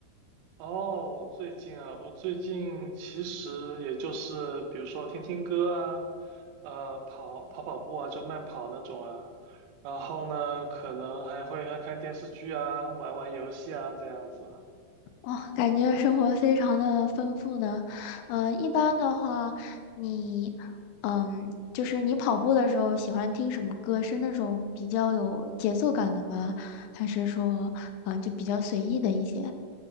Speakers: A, on the right; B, on the left.
A: 哦，我最近啊，我最近其实也就是比如说听听歌啊，呃，跑跑跑步啊，就慢跑那种啊，然后呢，可能还会看看电视剧啊，玩玩游戏啊，这样子。
B: 哦，感觉生活非常的丰富呢。嗯，一般的话，你嗯就是你跑步的时候喜欢听什么歌？是那种比较有节奏感的吗？还是说嗯就比较随意的一些？